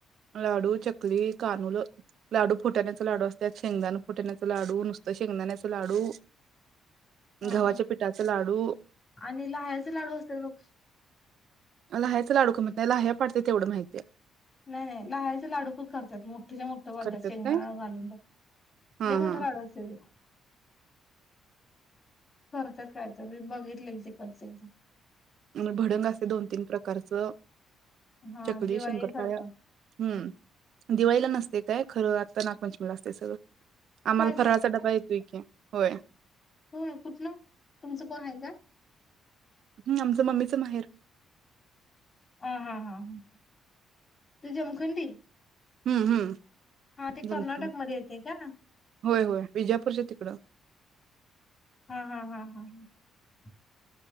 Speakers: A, on the right; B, on the left.
A: लाडू चकली कानूल लाडू फुटाण्याचे लाडू असतात शेंगदाण फुटाण्याचा लाडू नुसतं शेंगदाण्याचा लाडू
B: हा
A: गव्हाच्या
B: हा
A: पिठाचे लाडू,
B: आणि लह्याचे लाडू असेल बघ
A: लहायचं लाडूकं म्हत नाही लहाय पाडते तेवढं माहितीय
B: नाही नाही लहायचे लाडूकच करतात मोठ तिझ मोठं बात
A: करत्यात
B: शेंगणा
A: काय?
B: घालून द
A: हा
B: मोठा
A: हा
B: लाडू असत <inaudible> करतेच कायत मी बघितले ते करते एकदा
A: भडंग असे दोन तीन प्रकारच
B: हा
A: चकली
B: दिवाळी
A: शंकरपाळ
B: सारखं
A: हम्म दिवाळीला नसते काय खरं आता नागपंचमीला असते सगळं आम्हाला
B: काय
A: फरळाचा डबा येतोय क होय
B: हो कुठ ना तुमचं कोण आहे का
A: हम्म आमचं मम्मीच माहेर
B: ह हा हा ह तू जमखंडी
A: हम्म हम्म
B: हा ते
A: जमखम
B: कर्नाटकमध्ये येते का
A: होय होय विजापूरच्या तिकडं
B: हा हा हा. हा.